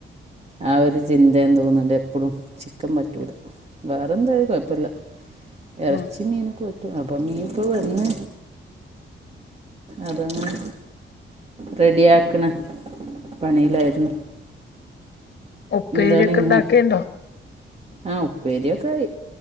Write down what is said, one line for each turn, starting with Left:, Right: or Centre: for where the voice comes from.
Right: ആ ഒരു ചിന്തയും തോന്നുണ്ട് എപ്പളും ചിക്കൻ പറ്റൂല വേറെന്താലും കുഴപ്പമില്ല എറച്ചി
Left: ഉം
Right: മീനക്കൊ അപ്പൊ മീം ഇപ്പൊ വന്നേ അതങ്ങനെ റെഡിയാക്കണേ പണിയിലായിരുന്നു
Left: ഒപ്പേരിയൊക്കെ
Right: എന്താണ് ഇങ്ങനെ
Left: ഇണ്ടാക്കേണ്ടോ
Right: ആ ഉപ്പേരിയൊക്കെ ആയി